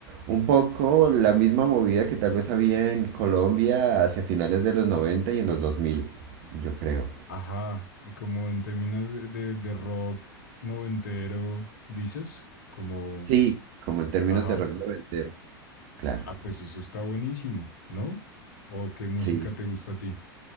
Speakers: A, on the right; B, on the left.
A: un poco la misma movida que tal vez había en Colombia hacia finales de los 90 y en los 2000 yo creo.
B: Ajá, eh, como en términos de, de- de rock noventero, dices, como,
A: Sí, como en términos
B: ajá,
A: de rock noventero, claro.
B: ah, pues eso está buenísimo, ¿no? ¿O qué música
A: Sí,
B: te gusta a ti?